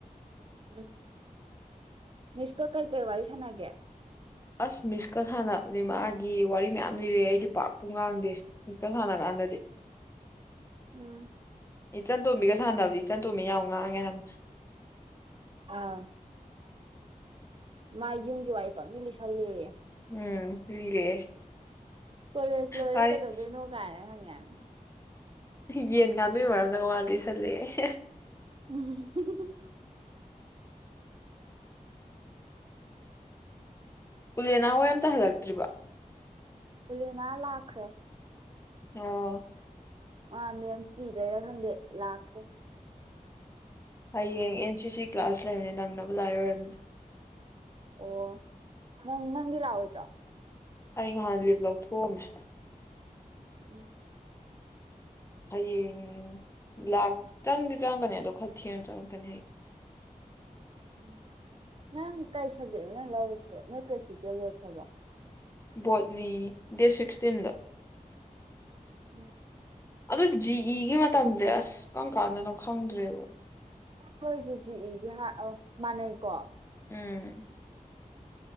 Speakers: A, on the right (about 40°); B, on the left (about 20°).
A: ꯎꯝ ꯃꯤꯁꯀ ꯀꯔꯤ ꯀꯔꯤ ꯋꯥꯔꯤ ꯁꯅꯒꯦ
B: ꯑꯁ ꯃꯤꯁꯀ ꯁꯥꯟꯅꯗꯤ ꯃꯥꯒꯤ ꯋꯥꯔꯤ ꯃꯌꯥꯝ ꯂꯤꯔꯛꯑꯦ ꯑꯩꯗꯤ ꯄꯥꯛꯄꯨ ꯉꯥꯡꯗꯦ ꯃꯤꯁꯀ ꯁꯥꯟꯅ ꯀꯥꯟꯗꯗꯤ
A: ꯎꯝ
B: ꯏꯆꯟꯇꯣꯝꯕꯤꯒ ꯁꯥꯟꯅꯕꯗꯤ ꯆꯟꯇꯣꯝꯕꯤ ꯌꯥꯝ ꯉꯥꯡꯑꯦ ꯍꯥꯏꯕꯅꯦ
A: ꯑꯥ ꯃꯥ ꯌꯨꯝꯒꯤ ꯋꯥꯔꯤ ꯐꯪꯅꯤ ꯂꯤꯁꯜꯂꯦꯌꯦ
B: ꯎꯝ ꯏꯜꯦ
A: ꯀꯣꯂꯦꯖ ꯂꯣꯏꯔ
B: ꯑ
A: ꯀꯩꯗꯧꯗꯣꯏꯅꯣ
B: ꯁꯨ
A: ꯀꯥꯏꯅ ꯍꯪꯉꯦ ꯍꯥꯏꯕꯅꯤ
B: ꯌꯦꯟ ꯉꯃꯤ ꯑꯣꯏꯔꯗꯒꯉꯕꯤꯁꯂꯦ ꯍ
A: ꯎꯝ
B: ꯎꯂꯦꯅꯥ ꯍꯣꯏ ꯑꯝꯇ ꯍꯜꯂꯛꯇ꯭ꯔꯤꯕ
A: ꯎꯂꯦꯅꯥ ꯂꯥꯛꯈ꯭ꯔꯦ
B: ꯑꯣ
A: ꯑ ꯃꯦꯝ ꯀꯤꯕꯩꯔꯥ ꯈꯪꯗꯦ ꯂꯥꯛꯈ꯭ꯔꯦ
B: ꯍꯌꯦꯡ ꯑꯦꯟ ꯁꯤꯁꯤ ꯀ꯭ꯂꯥꯁ ꯂꯩꯕꯅꯦ ꯅꯪꯅꯕꯕꯨ ꯂꯥꯛꯏ ꯑꯣꯏꯔꯝꯅꯤ
A: ꯑꯣ ꯅꯪ ꯅꯪꯗꯤ ꯂꯥꯛꯑꯣꯏꯗ꯭ꯔꯣ
B: ꯑꯩ ꯅꯍꯥꯟ ꯂꯤꯞ ꯂꯧꯊꯣꯛꯑꯝꯃꯦ
A: ꯎꯝ
B: ꯍꯌꯦꯡ ꯂꯥꯛ ꯆꯪꯗꯤ ꯆꯪꯉꯛꯀꯅꯤ ꯑꯗꯣ ꯈꯔ ꯊꯦꯡꯅ ꯆꯪꯉꯛꯀꯅꯤ ꯍꯥꯏꯌꯦꯡ
A: ꯎ ꯅꯪ ꯀꯔꯤ ꯁꯕꯖꯦꯛ ꯑꯣꯏꯅ ꯂꯧꯔꯤꯁꯦ ꯅꯣꯏ ꯄ꯭ꯔꯦꯛꯇꯤꯀꯦꯜ ꯂꯣꯏꯈ꯭ꯔꯕꯣ
B: ꯕꯣꯠꯅꯤ ꯗꯦꯠ ꯁꯤꯛꯁꯇꯤꯟꯗ
A: ꯎꯝ
B: ꯑꯗꯨ ꯖꯤ ꯏꯒꯤ ꯃꯇꯝꯁꯦ ꯑꯁ ꯈꯪ ꯀꯥꯟꯗꯅꯣ ꯈꯪꯗ꯭ꯔꯦꯕ
A: ꯍꯣꯏꯁꯨꯨꯖꯤ ꯏꯒꯤ ꯑ ꯃꯥꯟꯅꯩꯀꯣ
B: ꯎꯝ